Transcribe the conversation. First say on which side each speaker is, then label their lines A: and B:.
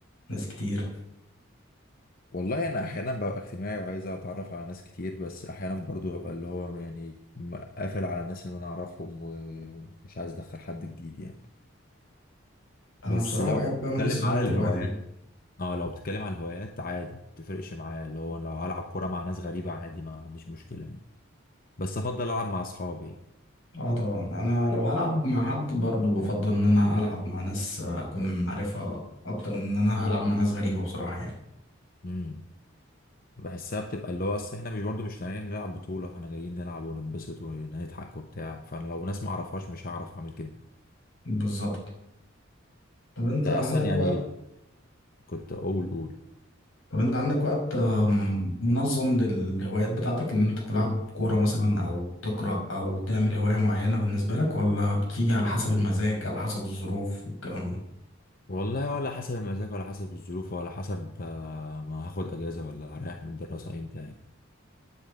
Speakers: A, on the left; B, on the left.
A: وناس كتير
B: والله أنا أحيانا ببقى اجتماعي وعايز أتعرف على ناس كتير بس أحيانا برضو ببقى اللي هو يعني م- قافل على الناس اللي أنا أعرفهم ومش عايز أدخل حد جديد يعني
A: انا
B: بس
A: بصراحة
B: لو
A: بحب
B: بتكلم
A: امارس هواياتي
B: على الهوايات
A: لوحدي
B: اه لو بتتكلم على الهوايات عادي متفرقش معايا اللي هو لو هلعب كورة مع ناس غريبة عادي ما عنديش مشكلة يعني بس افضل العب مع اصحابي يعني
A: اه طبعا انا لو هلعب مع حد برضو بفضل ان انا العب مع ناس اكون عارفها اكتر من ان انا العب مع ناس غريبة بصراحة يعني
B: امم بحسها بتبقى اللي هو اصل احنا مش برضو مش طالعين نلعب بطولة احنا جايين نلعب ونتبسط ونضحك وبتاع فانا لو ناس ما اعرفهاش مش هعرف اعمل كده
A: بالظبط طب انت
B: انت
A: عندك
B: اصلا يعني
A: وقت
B: كنت اقول قول
A: طب انت عندك وقت آم، منظم للهوايات بتاعتك ان انت تلعب كورة مثلا او تقرأ او تعمل هواية معينة بالنسبة لك ولا بتيجي على حسب المزاج او حسب الظروف والكلام ده
B: والله ولا حسب المزاج ولا حسب الظروف ولا حسب آه، ما هاخد اجازة ولا هريح من الدراسة امتى يعني